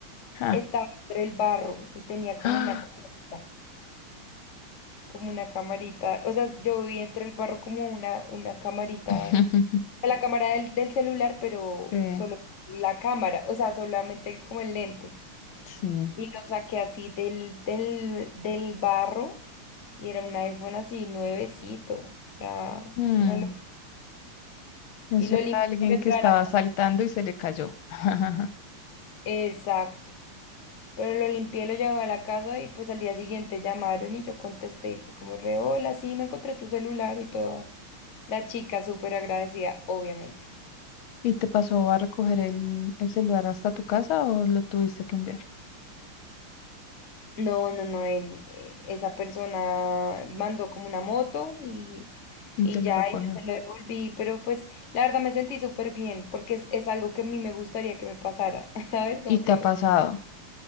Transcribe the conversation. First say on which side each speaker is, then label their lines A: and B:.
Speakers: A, on the left; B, on the left.
A: Ah.
B: Estaba entre el barro y tenía como
A: Ah.
B: una camarita, como una camarita. O sea, yo vi entre el barro como una, una camarita,
A: <laughs>
B: la cámara del, del celular, pero
A: Sí.
B: solo la cámara, o sea, solamente como el lente.
A: Sí.
B: Y lo saqué así del, del, del barro y era un iPhone así nuevecito, o sea,
A: Mm.
B: una lo-
A: Eso
B: y lo
A: era
B: limpié.
A: alguien
B: pero
A: que
B: ya
A: estaba
B: era-
A: saltando y se le cayó. <laughs>
B: Exacto. Pero lo limpié, lo llevé a la casa y pues al día siguiente llamaron y yo contesté y fue como re, hola, sí, me encontré tu celular y toda. La chica súper agradecida, obviamente.
A: ¿Y te pasó a recoger el, el celular hasta tu casa o lo tuviste que enviar?
B: No, no, no, él, eh, esa persona mandó como una moto y,
A: Y
B: y
A: te lo
B: ya,
A: recogió.
B: y yo se lo devolví, pero pues la verdad me sentí súper bien porque es, es algo que a mí me gustaría que me pasara, <laughs> ¿sabes? Como
A: Y te
B: que,
A: ha pasado.